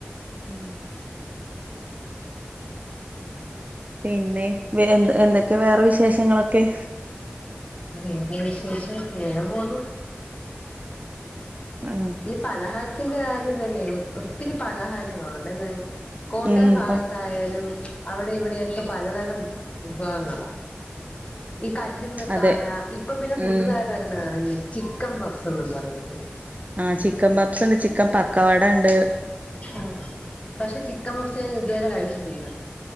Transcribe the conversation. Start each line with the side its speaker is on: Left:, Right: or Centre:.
Right: ആഹ് പിന്നെ വ്- എന്ത്-എന്തെക്കെ വേറെ വിശേഷങ്ങളൊക്കെ
Left: ഉം പ്പൊ വിശേഷൊ ങ്ങേനെ പോന്നു
Right: ആഹ്
Left: ഈ പലഹാരത്തിന്റെ കാര്യം തന്നെ ഒ-ഒത്തിരി പലഹാരങ്ങളുണ്ടല്ലേ കോട്ടയം
Right: ഉം
Left: ഭാഗത്തായാലും
Right: പ
Left: അവിടേം ഇവിടെയൊക്കെ പലതരം വിഭവങ്ങള ഈ കല്ലുമ്മക്കായ
Right: അതെ
Left: ഇപ്പൊ പിന്നെ പുതുതായിട്ട്
Right: ഉം
Left: ട്ടൊരെണ്ണം എറങ്ങി ചിക്കൻ പഫ്സ് എന്നും പറഞ്ഞിട്ട്
Right: ആഹ് ചിക്കൻ പപ്സ്ണ്ട് ചിക്കൻ പക്കാവട ണ്ട്
Left: ആഹ് പക്ഷെ ചിക്കൻ പഫ്സ് ഇതുവരെ കഴിച്ചിട്ടില്ല